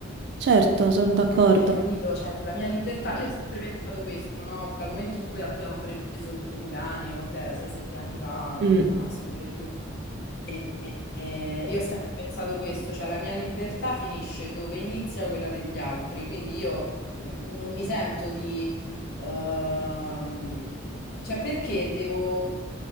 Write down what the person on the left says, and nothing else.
Eh, capito, cioè la mia libertà, io ho sempre pensato questo, no? Dal momento in cui abbiamo preso il primo cane, quant'era? 6-7 anni fa,
eh, anzi pure di più. E, e- io ho sempre pensato questo, cioè la mia libertà finisce dove inizia quella degli altri, quindi io mm, non mi sento di... ehm, cioè perché devo